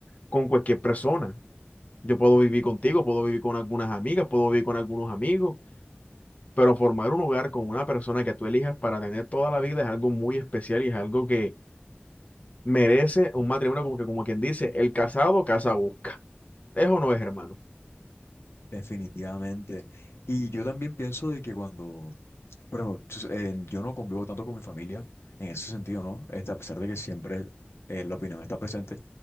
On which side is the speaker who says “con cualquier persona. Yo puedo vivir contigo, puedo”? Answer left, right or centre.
Left